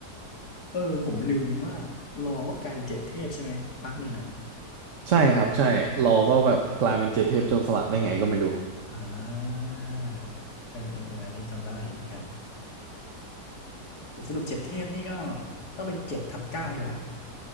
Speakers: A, on the left; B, on the right.
A: เออผมลืมว่ารอก็กลายเป็นเจ็ดเทพใช่ไหม พักหนึ่งอ่ะ
B: ใช่ครับใช่เราก็แบบกลายเป็นเจ็ดเทพโจรสลัดได้ไงก็ไม่รู้
A: อ่าเออเออเอออันนี้จำได้เหมือนกันโอ้สรุปเจ็ดเทพนี่ก็ต้องเป็นเจ็ดทับเก้าดีกว่า